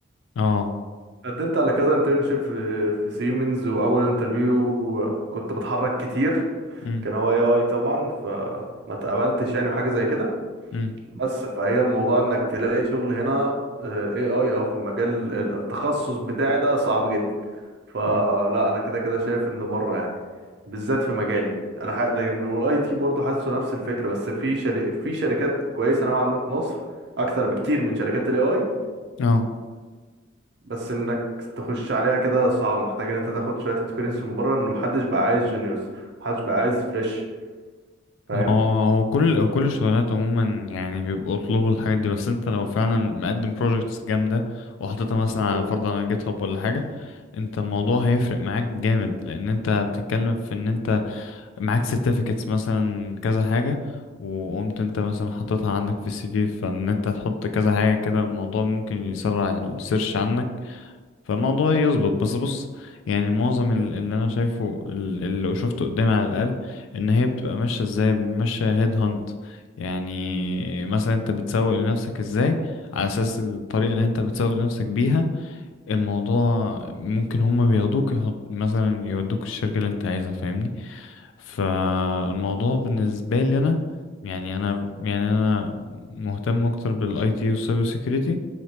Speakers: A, on the left; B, on the right.
A: اه
B: قدمت على كذا انترنشيب في في سيمنز واول انترفيو كنت بتحرك كتير
A: مم.
B: كان هو اي اي طبعا فما اتقبلتش يعني وحاجة زي كده
A: مم.
B: بس فهي الموضوع انك تلاقي شغل هنا اي اي او في المجال ال- التخصص بتاعي ده صعب جدا فلا
A: مم.
B: انا كده كده شايف ان بره يعني بالذات
A: مم.
B: في مجالي انا ح... لكن والاي تي برضه حاسه نفس الفكره بس في شل... في شركات كويسه نوعا ما في مصر اكتر بكتير من شركات الاي اي
A: اه
B: بس انك تخش عليها كده صعب محتاج ان انت تاخد شويه اكسبيرينس من بره ان محدش بقى عايز جونيورز محدش بقى عايز فريش فاهم
A: ما هو هو كل هو كل الشغلانات عموما يعني بيبقوا طلوب الحاجات دي بس انت لو فعلا مقدم بروجكتس جامدة وحطيتها مثلا على
B: طب.
A: فرض على جيت هاب ولا حاجة انت الموضوع هيفرق معاك جامد لان انت بتتكلم في ان انت معاك سيرتيفيكتس مثلا كذا حاجة وقمت انت مثلا حطيتها عندك في السي في فان انت تحط كذا حاجة كده الموضوع ممكن يسرع السيرش عنك فالموضوع يظبط بس بص يعني معظم ال- اللي انا شايفه ال- اللي شفته قدامي على الاقل ان هي بتبقى ماشيه ازاي ماشيه هيد هانت يعني مثلا انت بتسوق لنفسك ازاي على اساس الطريقه اللي انت بتسوق لنفسك بيها الموضوع ممكن هما بياخدوك يحط مثلا يودوك الشركة اللي انت عايزها فاهمني فالموضوع بالنسبة لي انا يعني انا يعني انا مهتم اكتر بالاي تي والسايبر سيكيورتي